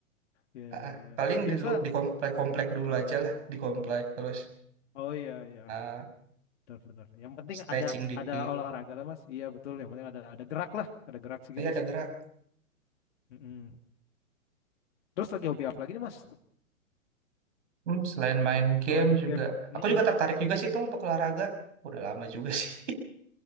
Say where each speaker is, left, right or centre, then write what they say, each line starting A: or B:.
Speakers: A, on the left; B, on the right.
A: ya
B: Ah,
A: ya
B: ah.
A: ya
B: paling
A: biasa
B: di, lu- di komplek-komplek dulu
A: Waduh.
B: aja lah. Di komplek. Terus
A: oh iya iya
B: ah,
A: benar benar yang penting
B: stretching
A: ada
B: dikit.
A: ada olahraga lah mas iya betul yang penting ada ada gerak lah ada gerak sih
B: Tapi
A: gitu,
B: ada
A: mas
B: gerak.
A: Mm-mm. terus lagi hobi apa lagi nih mas
B: Hmm, selain main game
A: selain
B: juga.
A: game Mm-mm.
B: Aku juga tertarik juga sih tuh untuk olahraga. Udah lama juga <laughs> sih.